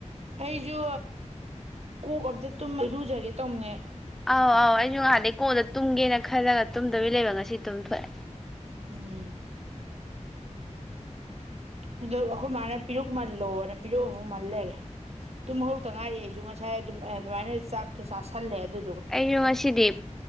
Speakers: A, on the right; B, in the centre.
A: ꯑꯩꯁꯨ ꯀꯣꯛ ꯑꯝꯇ ꯇꯨꯝꯃ ꯂꯨꯖꯒꯦ ꯇꯧꯅꯦ
B: ꯑꯥꯎ ꯑꯥꯎ ꯑꯩꯁꯨ ꯉꯍꯥꯟꯗꯒꯤꯩ ꯀꯣꯟꯗ ꯇꯨꯝꯒꯦꯅ ꯈꯜꯂꯒ ꯇꯨꯝꯗꯕꯤ ꯂꯩꯕ ꯉꯁꯤ ꯇꯨꯝꯊꯣꯛꯑꯦ
A: ꯎꯝ ꯑ ꯑꯩꯈꯣꯏ ꯃꯥꯅ ꯄꯤꯔꯨꯛꯃꯜꯂꯣꯅ ꯄꯤꯔꯨꯛ ꯑꯃꯨ ꯃꯜꯂꯔꯦ ꯇꯨꯝ ꯍꯧꯧ ꯇ ꯉꯥꯏꯔꯤꯦ ꯑꯩꯁꯨ ꯉꯁꯥꯏ ꯑꯗꯨꯝ ꯑꯗꯨꯃꯥꯏꯅ ꯆꯥꯛꯇꯣ ꯆꯥꯥꯁꯜꯂꯦ ꯑꯗꯨ
B: ꯑꯩꯁꯨꯃꯁꯤꯗꯞ